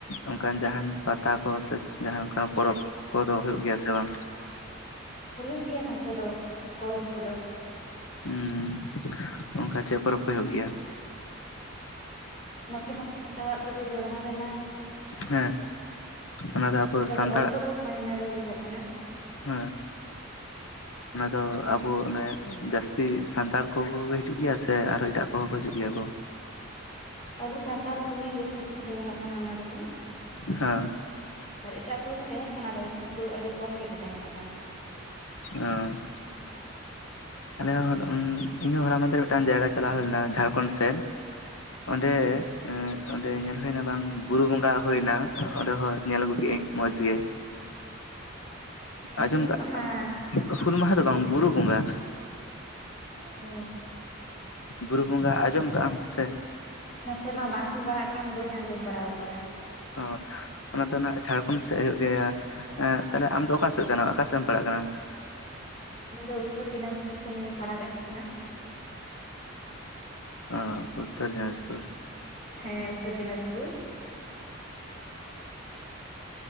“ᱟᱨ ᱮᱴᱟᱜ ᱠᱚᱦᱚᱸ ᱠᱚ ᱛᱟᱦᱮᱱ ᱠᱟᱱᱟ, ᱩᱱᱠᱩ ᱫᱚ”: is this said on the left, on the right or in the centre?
Left